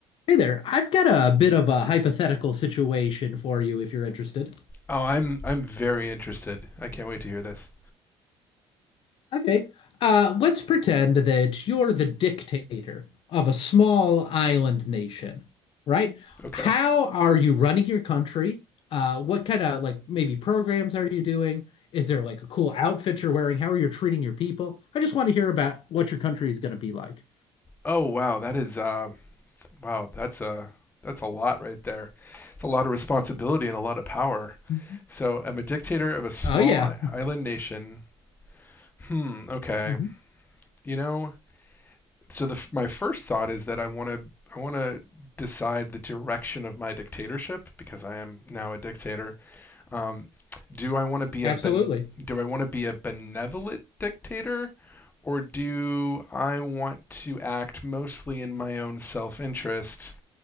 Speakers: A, on the left; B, on the left.
A: Hey there. I've got a bit of a hypothetical situation for you if you're interested.
B: Oh, I'm I'm very interested. I can't wait to hear this.
A: Okay. Uh, let's pretend that you're the dictator of a small island nation, right?
B: Okay.
A: How are you running your country? Uh, what kind of like maybe programs are you doing? Is there like a cool outfit you're wearing? How are you treating your people? I just want to hear about what your country is going to be like.
B: Oh wow, that is uh, wow, that's a that's a lot right there. It's a lot of responsibility and a lot of power.
A: Mhm.
B: So I'm a dictator of a small
A: Oh yeah.
B: i- island nation. Hmm. Okay.
A: Mhm.
B: You know, so the f- my first thought is that I want to I want to decide the direction of my dictatorship because I am now a dictator. Um, do I want to be
A: Absolutely.
B: a ben- do I want to be a benevolent dictator, or do I want to act mostly in my own self-interest